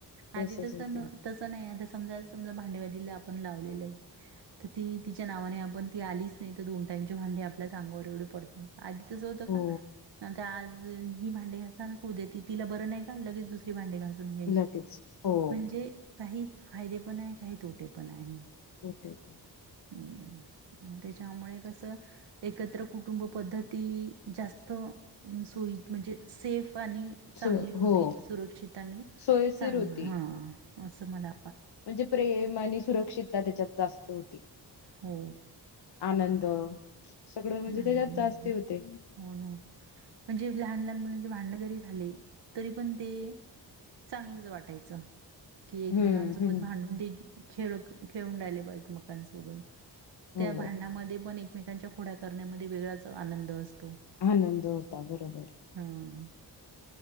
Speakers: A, on the left; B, on the right.
A: तसच
B: आदी तस
A: होते
B: न तसन नाई आता समजा समजा भांडेवालीला आपण लावलेलाय तर ती तिच्या नावाने आपण ती आलीच नाही तर दोन टाईमची भांडी आपल्याच अंगावर एवढी पडतात आधी तसं होतं
A: हो
B: का? आजं ही भांडे घासणार, अन् उद्या ती तिला बरं नाही का लगेच दुसरी भांडे घासून घ्यायची.
A: लगेच हो
B: म्हणजे काही फायदे पण आहे, काही तोटे पण आहे.
A: हो तेेपण आहे.
B: <inaudible> तेच्यामुळे कसं एकत्र कुटुंब पद्धती जास्त अं सो व्यीत म्हंजे सेफ आणि चांगली
A: सो
B: होती
A: हो
B: सुरक्षित आणि
A: सोयशीर
B: चांगली
A: होती.
B: हं असं मला
A: म्हणजे प्रेम आणि सुरक्षितता त्याच्यात जास्त होती.
B: हो.
A: आनंद, सगळं म्हणजे
B: लहानांना
A: त्याच्यात जास्ती होते.
B: होना म्हणजे लहान-लहान मुलान ची भांड्ंण जरी झाली तरी पण ते चांगलच वाटायच. कि एकमेकांसोबत
A: हम्म, हम्म.
B: भांडून दे, खेळूक खेळून राहिले पायजे एकमेकांसोबत. त्या
A: हो,
B: भांडणामध्ये पण एकमेकांच्या खोड्या करण्यामध्ये वेगळाच आनंद असतो
A: आनंद होता बरोबर.
B: हा